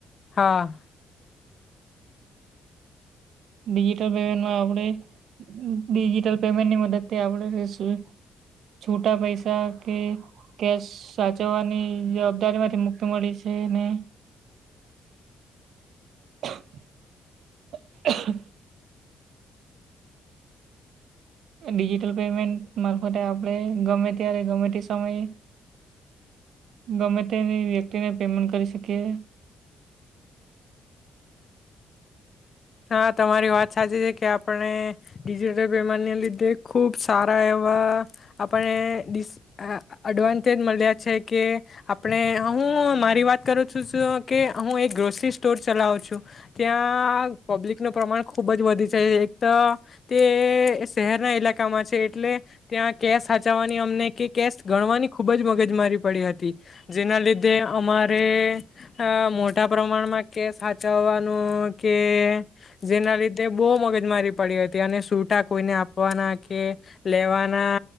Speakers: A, on the left; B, on the right.
A: હા.
B: ડિજિટલ પેમેન્ટમાં આપણે ડિજિટલ પેમેન્ટની મદદથી આપણે એ શું છૂટા પૈસા કે કેશ સાચવવાની જવાબદારી માંથી મુક્તિ મળી છે ને <inaudible> ડિજિટલ પેમેન્ટ મારફતે આપણે ગમે ત્યારે ગમે તે સમય ગમે તે વ્યક્તિને પેમેન્ટ કરી શકીએ.
A: હા, તમારી વાત સાચી છે કે આપણે ડિજિટલ પેમેન્ટને લીધે ખૂબ સારા એવા આપણને ડિસ આ-અડવાન્ટેજ મળ્યા છે કે આપણે હું મારી વાત કરું છું કે હું એક ગ્રોસરી સ્ટોર ચલાવું છું. ત્યાં પબ્લિકનું પ્રમાણ ખૂબ જ વધી છે. એક તો તે શહેરના ઇલાકામાં છે એટલે ત્યાં કેશ હાચાવવાની અમને કે કેશ ગણવાની ખૂબજ મગજ મારી પડી હતી. જેના લીધે અમારે અહ મોટા પ્રમાણમાં કેશ હાચાવવાનો કેએ જેના લીધે બહુ મગજમારી પડી હતી અને સુટા કોઈને આપવાના કે લેવાના